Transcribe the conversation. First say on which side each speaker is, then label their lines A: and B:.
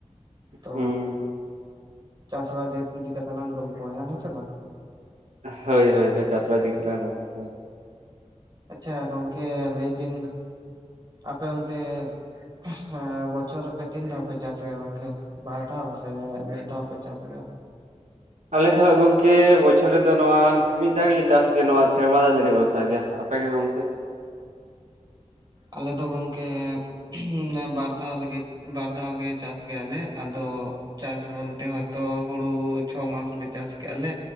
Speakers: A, on the right; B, on the right.
A: ᱛᱚ,
B: ᱦᱩᱸ
A: ᱪᱟᱥᱵᱟᱫ ᱤᱫᱤ ᱠᱟᱛᱞᱟᱟᱝ ᱜᱚᱞᱯᱚᱭᱟ ᱥᱮ ᱵᱟᱝ?
B: ᱦᱳᱭ ᱦᱳᱭ ᱦᱳᱭ ᱪᱟᱥ ᱵᱟᱫ ᱤᱫᱤ ᱠᱟᱛᱮᱞᱟᱝ ᱜᱚᱞᱯᱚᱭᱟ᱾
A: ᱟᱪᱪᱷᱟ ᱜᱚᱝᱠᱮ ᱞᱟᱹᱭᱫᱤᱱ ᱟᱯᱮ ᱚᱱᱛᱮ ᱦᱮᱸ ᱵᱚᱪᱷᱚᱨ ᱨᱮ ᱯᱮ ᱛᱤᱱ ᱫᱷᱟᱣ ᱯᱮ ᱪᱟᱥᱟ ᱜᱚᱝᱠᱮ? ᱵᱟᱨ ᱫᱷᱟᱣ ᱥᱮ ᱢᱤᱫ ᱫᱷᱟᱣ ᱯᱮ ᱪᱟᱥᱜᱮᱭᱟ?
B: ᱟᱞᱮ ᱫᱚ ᱦᱟᱸᱜ ᱜᱚᱝᱠᱮ ᱵᱚᱪᱷᱚᱨ ᱨᱮᱫᱚ ᱱᱚᱣᱟ ᱢᱤᱫ ᱫᱷᱟᱣ ᱜᱮᱞᱮ ᱼᱼ ᱪᱟᱥ ᱜᱮ ᱱᱚᱣᱟ ᱥᱮᱨᱢᱟ ᱫᱟᱜ ᱡᱟᱹᱲᱤ ᱵᱷᱚᱨᱥᱟ ᱜᱮ᱾ ᱟᱯᱮ ᱜᱮ ᱜᱚᱢᱠᱮ?
A: ᱟᱞᱮ ᱫᱚ ᱜᱚᱢᱠᱮ ᱼᱼ ᱚᱱᱟ ᱵᱟᱨ ᱫᱷᱟᱣ ᱞᱮ ᱜᱮ ᱵᱟᱨ ᱫᱷᱟᱣ ᱜᱮ ᱪᱟᱥ ᱜᱮᱭᱟᱞᱮ। ᱟᱫᱚ ᱼᱼ ᱪᱟᱥ ᱵᱚᱞᱛᱮ ᱦᱚᱭᱛᱚ ᱦᱩᱲᱩ ᱪᱷᱚ ᱢᱟᱥ ᱞᱮ ᱪᱟᱥ ᱠᱮᱜᱼᱟ ᱞᱮ